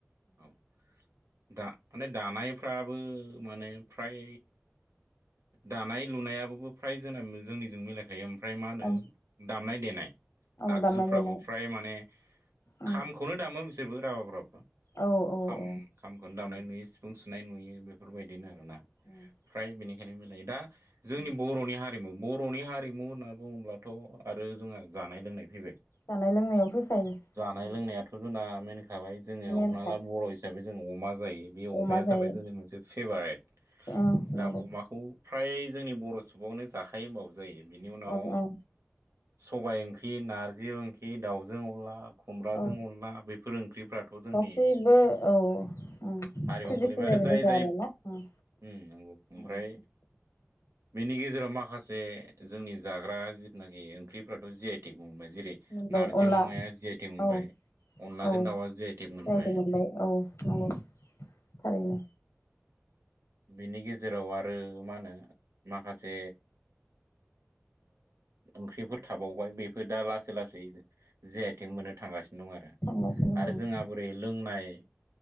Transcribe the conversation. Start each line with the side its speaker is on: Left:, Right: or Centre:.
Right: औ दा माने दानायफ्राबो माने फ्राय दानाय लुनायाबो फ्राय जोंना जोंनिजों मिलायखायो ओमफ्राय ओमफ्राय मा होनो
Left: औ
Right: दामनाय देनाय
Left: औ
Right: आगजुफ्राबो
Left: दामनाय देनाय
Right: फ्राय माने
Left: ओं
Right: खामखौनो दामो बिसोरबो राभाफ्राबो
Left: औ औ
Right: खाम
Left: औ
Right: खामखौनो दावनाय
Left: उम
Right: नुयो सिफुं सुनाय नुयो बेफोरबायदिनो आर ना
Left: उम
Right: फ्राय बेनि दखायनाय मिलायो दा जोंनि
Left: उम
Right: बर'नि हारि हारिमु बर'नि हारिमु होनना बुङ्लाथ' आरो जोंहा जानाय लोंनाय फैबाय
Left: जानाय लोंनायाव फैखायो
Right: जानाय
Left: ओं
Right: लोंनायाथ' जोंना मेनखाबाय जोङो
Left: मेनखा
Right: हमना ला बर' हिसाबै जों अमा जायो बे
Left: अमा
Right: अमाया
Left: जायो
Right: जाबाय जोंनि मोनसे फेभारेट
Left: ओं
Right: दा
Left: नंगौ
Right: अमाखौ फ्राय जोंनि बर' सुबुंआवनो जाखायो होमबावोसो जायो बिनि उनाव
Left: औ औ
Right: सबाय ओंख्रि नारजि ओंख्रि दाउजों अनला खुमबाजों
Left: औ
Right: अनला बफोर ओं ओंख्रिफ्राथ' जोंनि
Left: गासैबो औ ओं
Right: हारिमुनो
Left: ट्रेडिसनेल
Right: गोलैबाय आरो जाय
Left: गोजा
Right: जाय
Left: आरोना ओं
Right: नंौ ओमफ्राय
Left: ओं
Right: बेनि गेजेराव माखासे जे जोंनि जाग्रा जिथनाखि ओंख्रिफ्राथ' जिआइटिक मोनबाय जेरै
Left: मोनबाय
Right: नारजि
Left: अनला
Right: अमाया जि आइथिं होनबाय
Left: औ
Right: दाउ
Left: औ
Right: मोना
Left: जायदों मोनबाय औ नंगौ थारैनो
Right: बिनि गेजेराव आरो मा होनो माखासे ओंख्रिफोर थाबावबाय बे बे दा लासै लासै जे आइथिं मोननो थांगासिनो दं आरो
Left: थांगासिनो
Right: आरो
Left: दं
Right: जोंहा बोरै लोंनाय